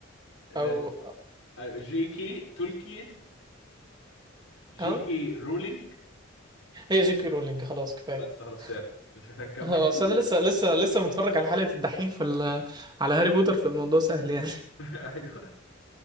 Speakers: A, on the left (about 85°); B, on the right (about 20°).
A: آه،
B: او
A: أيوة، جي كي تولكين جي
B: ها
A: كي رولينج
B: هي جي كي رولينج خلاص كفاية
A: بس خلاص فعلا مش محتاج
B: <laughs>
A: اكمل
B: آه، اصل
A: <laughs>
B: انا لسه لسه لسه متفرج على حلقة الدحيح في ال- على هاري بوتر في الموضوع سهل يعني
A: ايوه